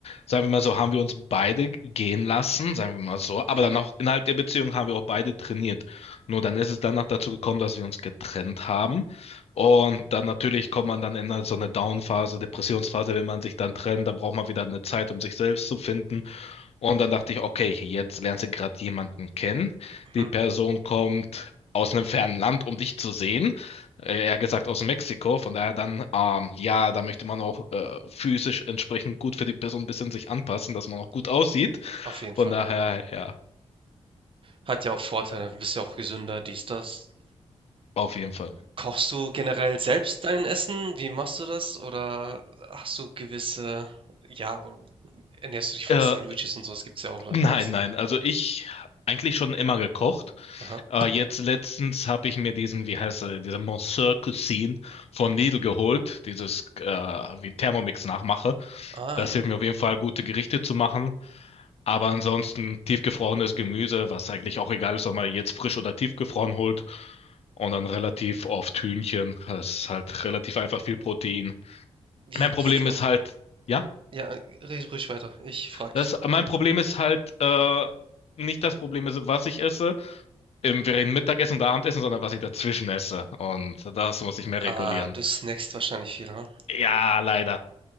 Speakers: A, on the left; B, on the right.
A: sagen wir mal so, haben wir uns beide gehen lassen, sagen wir mal so, aber
B: Mhm.
A: dann auch innerhalb der Beziehung haben wir auch beide trainiert. Nur dann ist es danach dazu gekommen, dass wir uns getrennt haben. Und dann natürlich kommt man dann in so eine Down-Phase, Depressionsphase, wenn man sich dann trennt, dann braucht man wieder eine Zeit, um sich selbst zu finden. Und dann dachte ich, okay, jetzt lernst du gerade jemanden kennen.
B: Mhm.
A: Die Person kommt aus einem fernen Land, um dich zu sehen. Äh, eher gesagt aus Mexiko. Von daher dann, ähm, ja, da möchte man auch äh, physisch entsprechend gut für die Person ein bisschen sich anpassen, dass man auch gut aussieht.
B: Auf jeden
A: Von
B: Fall.
A: daher, ja,
B: Hat ja auch Vorteile, bist ja auch gesünder, dies, das.
A: auf jeden Fall.
B: Kochst du generell selbst dein Essen? Wie machst du das? Oder hast du gewisse, ja, wo- ernährst du dich von
A: Äh,
B: Sandwiches und sowas? Gibt es ja auch Leute,
A: nein,
B: die das so.
A: nein, also ich eigentlich schon immer gekocht.
B: Aha.
A: Äh, jetzt letztens habe ich mir diesen, wie heißt er, diese Monsieur Cuisine von Lidl geholt, dieses äh, wie Thermomix nachmache.
B: Ah,
A: Das hilft mir auf jeden Fall, gute Gerichte zu machen. Aber ansonsten tiefgefrorenes Gemüse, was eigentlich auch egal ist, ob man jetzt frisch oder tiefgefroren holt. Und dann relativ oft Hühnchen. Das ist halt relativ einfach viel Protein.
B: wie,
A: Mein Problem
B: wie genau?
A: ist halt, ja,
B: Ja, red ruhig weiter. Ich frag
A: das,
B: dich doch.
A: mein Problem ist halt, äh, nicht das Problem ist, was ich esse, im, während Mittagessen oder Abendessen, sondern was ich dazwischen esse. Und das muss ich mehr regulieren.
B: Ah, du snackst wahrscheinlich viel, ha?
A: Ja, leider.